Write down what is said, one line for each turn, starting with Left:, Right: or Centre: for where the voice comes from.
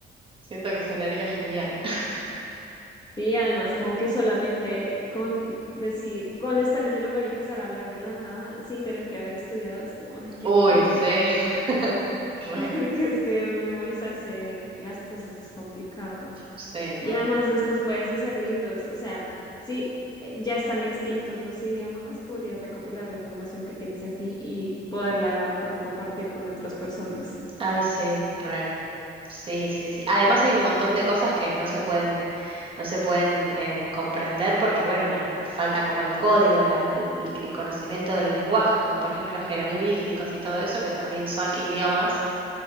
Right: siento que sonaría genial. <laughs>
Left: Sí, además, como que solamente con decir, con estar en el lugar y empezar a hablar de la nada sin tener que haber estudiado, es como, ay, qué
Right: Uy,
Left: alegría,
Right: sí. <laughs> Re,
Left: <laughs> porque es que memorizarse las cosas es complicado.
Right: sí,
Left: Y
Right: re.
Left: además después puedes hacer libros, o sea, si eh, ya están extintos los idiomas, podrías recopilar la información que tienes en ti y poderla como compartir con otras personas.
Right: Ay, sí, re. Sí, sí, sí. Además hay un montón de cosas que no se pueden, no se pueden eh, comprender porque, bueno, la, falta como el código, la, el, el- el conocimiento del lenguaje, como por ejemplo jeroglíficos y todo eso, que también son idiomas,